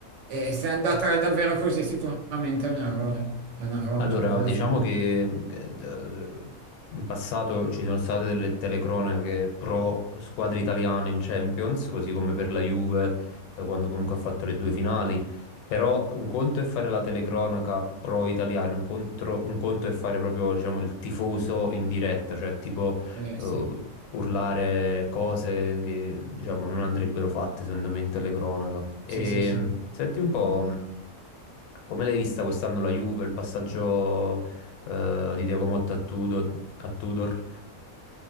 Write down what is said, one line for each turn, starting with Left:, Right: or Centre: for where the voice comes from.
Right: e se è andata davvero così sicuramente è un errore, è un errore,
Left: Allora,
Right: c'è poco da
Left: diciamo
Right: fare.
Left: che eh, d- in passato ci sono state delle telecronache pro squadre italiane in Champions, così come per la Juve, eh, quando comunque ha fatto le due finali. Però un conto è fare la telecronaca pro italiana, un contro- un conto è fare proprio, diciamo, il tifoso in diretta, cioè tipo
Right: Eh,
Left: eh,
Right: sì,
Left: urlare cose che, diciamo, non andrebbero fatte, secondo me, in telecronaca. E
Right: sì, sì, sì.
Left: senti un po', come l'hai vista quest'anno la Juve, il passaggio eh, di Thiago Motta a Tudor, a Tudor?